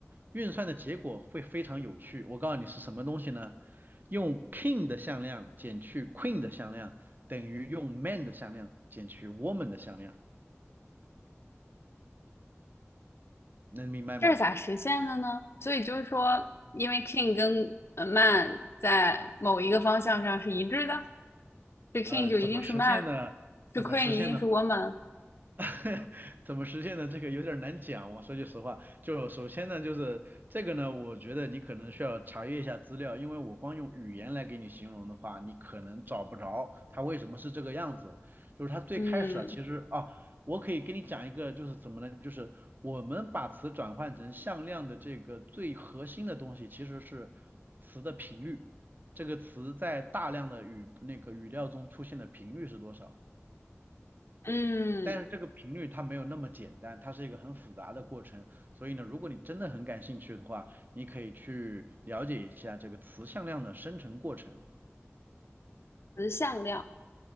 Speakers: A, on the right (about 40°); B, on the left (about 60°).
A: 运算的结果会非常有趣。我告诉你是什么东西呢？用 king 的向量减去 queen 的向量，等于用 man 的向量减去 woman 的向量。能明白吗？
B: 这是咋实现的呢？所以就是说，因为 king 跟呃 man 在某一个方向上是一致的，是 king
A: 呃，
B: 就一定是
A: 怎么实现呢？
B: man，是
A: 怎么实现呢？
B: queen 一定是 woman。
A: <laughs> 怎么实现的？这个有点儿难讲。我说句实话，就首先呢，就是这个呢，我觉得你可能需要查阅一下资料，因为我光用语言来给你形容的话，你可能找不着它为什么是这个样子。就是它最开始啊，
B: 嗯
A: 其实啊，我可以跟你讲一个，就是怎么呢？就是我们把词转换成向量的这个最核心的东西，其实是词的频率。这个词在大量的语那个语料中出现的频率是多少？
B: 嗯，
A: 但是这个频率它没有那么简单，它是一个很复杂的过程。所以呢，如果你真的很感兴趣的话，你可以去了解一下这个词向量的生成过程。
B: 词向量。